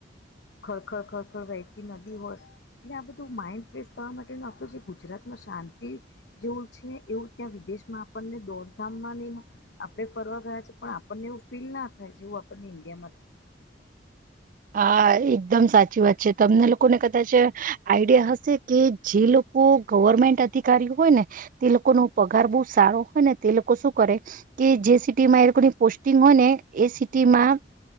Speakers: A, on the left; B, on the right.
A: ખરખર ખરખળ વહેતી નદી હોય એટલે આ બધું માઈન્ડ ફ્રેશ થવા માટેનો આપણું જે ગુજરાતમાં શાંતિ જેવું છે એવું ત્યાં વિદેશમાં આપણને દોડધામ માં નહી આપડે ફરવા ગયા છે પણ આપણને એવું ફીલ ના થાય જેવું આપણને ઇન્ડિયામાં થાય
B: હા એકદમ સાચી વાત છે તમને લોકોને કદાચ આઈડિયા હશે કે જે લોકો ગવર્મેન્ટ અધિકારીઓ હોય ને તે લોકો નો પગાર બહુ સારો હોય ને તે લોકો શું કરે કે જે સિટીમાં એ લોકોની પોસ્ટિંગ હોય ને એ સિટી માં